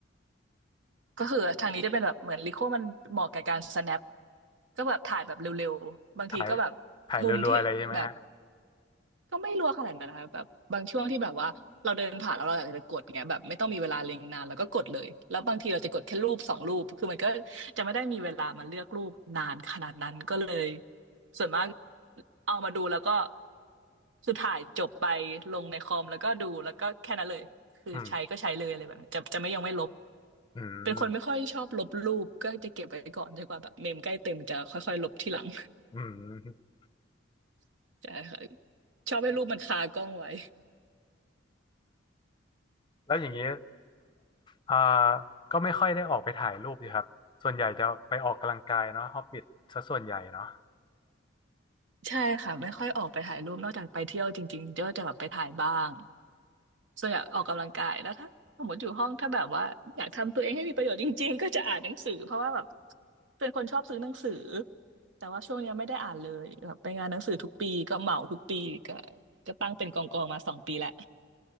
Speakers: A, on the right; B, on the left.
A: ก็คือทางนี้จะเป็นแบบเหมือนลิโคมันเหมาะกับการ snap ก็แบบถ่ายแบบเร็วๆบางทีก็แบบ
B: ถ่ายถ่ายรัวๆเลยใช่ไหมฮะ
A: มุมที่แบบก็ไม่รัวขนาดนั้นนะคะแบบบางช่วงที่แบบว่าเราเดินผ่านแล้วเราอยากจะกดเงี้ยแบบไม่ต้องมีเวลาเล็งนานแล้วก็กดเลยแล้วบางทีเราจะกดแค่รูปสองรูปคือมันก็จะไม่ได้มีเวลามาเลือกรูปนานขนาดนั้นก็เลยส่วนมากเอามาดูแล้วก็คือถ่ายจบไปลงในคอมแล้วก็ดูแล้วก็แค่นั้นเลย คือใช้ก็ใช้เลยอะไรแบบนี้จะจะไม่ยังไม่ลบ
B: อืมอืม
A: เป็นคนไม่ค่อยชอบลบรูปก็จะเก็บไว้ก่อนจนกว่าแบบเมมใกล้เต็มจะค่อยๆลบทีหลัง
B: อืม
A: <laughs> ใช่ค่ะชอบให้รูปมันคากล้องไว้
B: แล้วอย่างนี้ อ่าก็ไม่ค่อยได้ออกไปถ่ายรูปสิครับ ส่วนใหญ่จะไปออกกำลังกายเนาะฮอบบิทซะส่วนใหญ่เนาะ
A: ใช่ค่ะไม่ค่อยออกไปถ่ายรูปนอกจากไปเที่ยวจริงๆก็จะแบบไปถ่ายบ้างส่วนใหญ่ออกกำลังกายแล้วถ้าสมมติอยู่ห้องถ้าแบบว่าอยากทำตัวเองให้มีประโยชน์จริงๆก็จะอ่านหนังสือเพราะว่าแบบเป็นคนชอบซื้อหนังสือแต่ว่าช่วงเนี้ยไม่ได้อ่านเลยแบบไปงานหนังสือทุกปีก็เหมาทุกปีก็ก็ตั้งเป็นกองกองมาสองปีแหละ